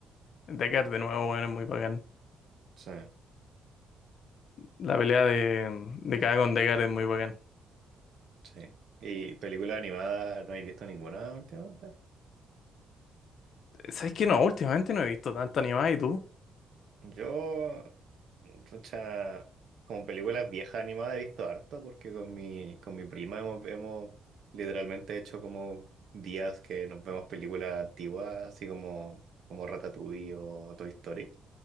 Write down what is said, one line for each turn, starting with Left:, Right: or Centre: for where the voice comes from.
Left: Deckard de nuevo, weón, es muy bacán.
Right: Sí,
Left: La pelea de, de Kaga con Deckard es muy bacán.
Right: sí. ¿Y película animada no he visto ninguna últimamente?
Left: ¿Sabes qué? No, últimamente no he visto tanto animada, ¿y tú?
Right: Yo Pucha, como películas viejas animadas he visto harto porque con mi, con mi prima hemos, hemos literalmente hecho como días que nos vemos películas antiguas, así como, como Ratatouille o Toy Story.